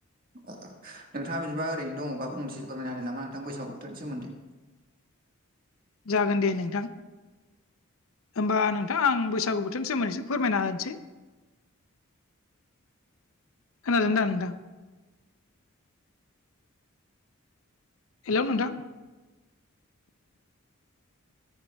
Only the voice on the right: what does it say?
ओ नोंथाङा बिदिबा ओरैनो दङबा फंनैसो फोरमायना होदो नामा नोंथां बैसागु बोथोरनि सोमोन्दै।